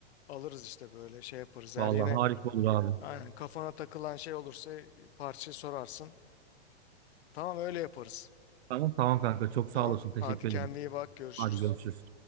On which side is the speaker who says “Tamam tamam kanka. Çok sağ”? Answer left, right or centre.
Right